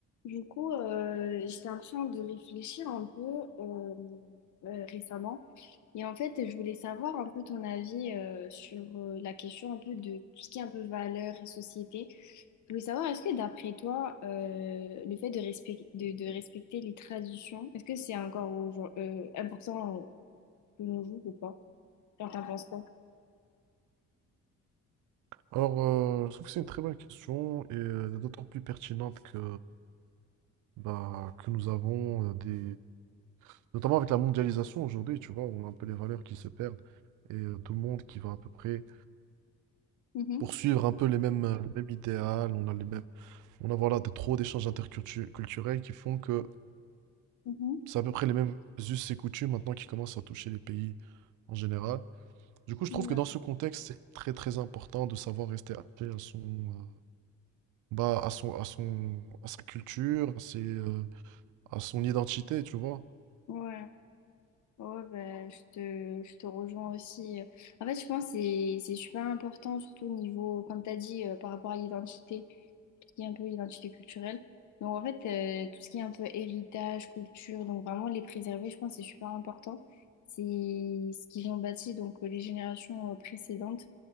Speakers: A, on the left (about 70°); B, on the right (about 80°).
A: Du coup, euh, j'étais en train de réfléchir un peu euh, euh, récemment. Et en fait, je voulais savoir un peu ton avis euh, sur euh, la question un peu de tout ce qui est un peu valeurs et société. Je voulais savoir, est-ce que d'après toi, euh, le fait de, respect- de, de respecter les traditions, est-ce que c'est encore aujourd- euh, important de nos jours ou pas? Genre, t'en penses quoi?
B: Alors, euh, je trouve que c'est une très bonne question et euh, d'autant plus pertinente que, bah, que nous avons euh, des... Notamment avec la mondialisation aujourd'hui, tu vois, on a un peu les valeurs qui se perdent et euh, tout le monde qui va à peu près
A: Mhm,
B: poursuivre un peu les mêmes, euh, le même idéal, on a les mêmes... On a voilà, de, trop d'échanges intercultu- culturels qui font que
A: mhm,
B: c'est à peu près les mêmes us et coutumes maintenant qui commencent à toucher les pays en général. Du coup, je
A: ouais,
B: trouve que dans ce contexte, c'est très très important de savoir rester attaché à son, euh, Bah, à son, à son, à sa culture, à ses, euh, à son identité, tu vois.
A: ouais. Ouais, bah, je te, je te rejoins aussi. En fait, je pense que c'est c'est super important, surtout au niveau, comme tu as dit, euh, par rapport à l'identité, qui est un peu l'identité culturelle. Donc, en fait, euh, tout ce qui est un peu héritage, culture, donc vraiment les préserver, je pense que c'est super important. C'est ce qu'ils ont bâti, donc euh, les générations euh, précédentes.